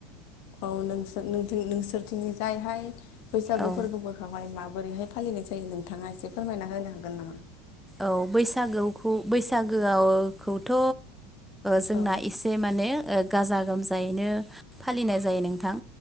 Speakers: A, on the left; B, in the centre.
A: औ नोंसोर नोंसोरथिंनि जायहाय बैसागु
B: औ
A: फोरबोखौहाय माबोरैहाय फालिनाय जायो नोंथाङा एसे फोरमायना होनो हागोन नामा
B: औ बैसागोखौ बैसागोआवखौथ' जोंना
A: औ
B: एसे माने गाजा गोमजायैनो फालिनाय जायो नोंथां